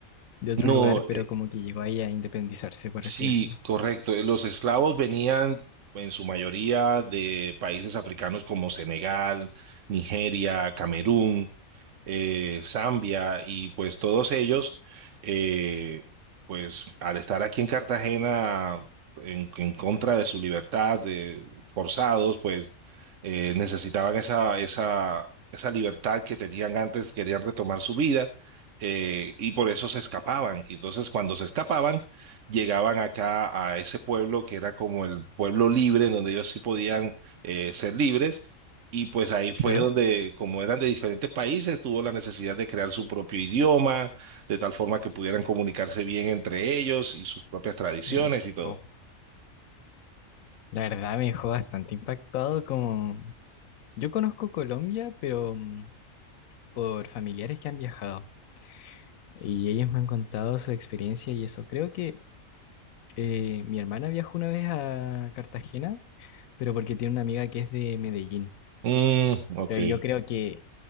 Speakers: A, on the left; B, on the right.
A: de otro
B: No,
A: lugar,
B: eh,
A: pero como que llegó ahí a independizarse, por
B: sí,
A: así decirlo?
B: correcto. Eh, Los esclavos venían en su mayoría de países africanos como Senegal, Nigeria, Camerún. eh, Zambia y pues todos ellos, eh, pues al estar aquí en Cartagena en, en contra de su libertad, de- forzados, pues eh, necesitaban esa, esa, esa libertad que tenían antes, querían retomar su vida. eh, y por eso se escapaban. Y entonces cuando se escapaban, llegaban acá a ese pueblo que era como el pueblo libre, en donde ellos sí podían eh, ser libres y pues ahí fue
A: Claro.
B: donde, como eran de diferentes países, tuvo la necesidad de crear su propio idioma, de tal forma que pudieran comunicarse bien entre ellos y sus propias tradiciones
A: Oh,
B: y todo.
A: wow. La verdad me dejó bastante impactado como... Yo conozco Colombia, pero mm, por familiares que han viajado y ellos me han contado su experiencia y eso. Creo que eh, mi hermana viajó una vez a Cartagena, pero porque tiene una amiga que es de Medellín.
B: Mm, ok.
A: Pero yo creo que